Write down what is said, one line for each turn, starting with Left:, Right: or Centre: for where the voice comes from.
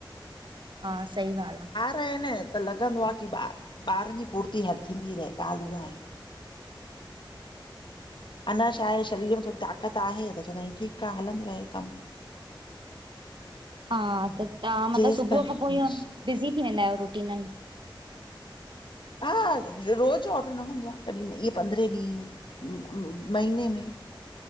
Right: हा सही ॻाल्हि आ।
Left: रहे न त लॻंदो आहे की, ॿ ॿारनि जी फुर्ती हर थींदी रहे, ॻाल्हि उहा आहे। अञा छा आहे शरीर में थोड़ी ताक़त आहे त चवंदा आहियुं, ठीकु आहे हलंदो रहे कमु।
Right: हा त तव्हां मतलबु
Left: जेसि
Right: सुबुह
Left: ताईं
Right: खां पोइ इह बिज़ी थी वेंदा आहियो रूटीननि?
Left: हा रोज़ जो ऑर्डर न हूंदो आ। कॾहिं इहे पंद्रहें ॾींहुं, महीने में।